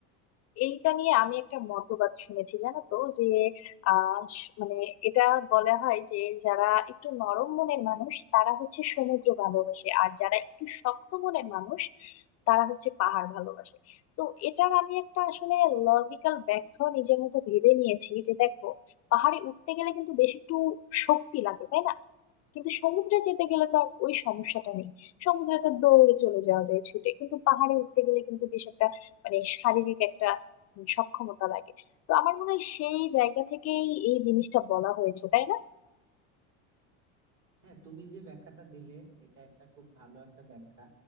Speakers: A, on the left; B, on the right.
A: এইটা নিয়ে আমি একটা মতবাদ শুনেছি জানো তো যে আহ স- মানে এটা বলা হয় যে যারা একটু নরম মনের মানুষ তারা হচ্ছে সমুদ্র ভালোবাসে আর যারা একটু শক্ত মনের মানুষ তারা হচ্ছে পাহাড় ভালোবাসে তো এটার আমি একটা আসলে লজিক্যাল ব্যাখ্যা নিজের মতো ভেবে নিয়েছি যে দেখো পাহাড়ে উঠতে গেলে কিন্তু বেশ একটু শক্তি লাগে তাই না কিন্তু সমুদ্রে যেতে গেলে তো আর ওই সমস্যাটা নেই সমুদ্রে তো দৌড়ে চলে যাওয়া যায় ছুটে কিন্তু পাহাড়ে উঠতে গেলে কিন্তু বেশ একটা মানে শারীরিক একটা সক্ষমতা লাগে তো আমার মনে হয় সেই জায়গা থেকেই এই জিনিসটা বলা হয়েছে তাই না
B: হ্যাঁ তুমি যে ব্যাখ্যাটা দিলে এটা একটা খুব ভালো একটা ব্যাখ্যা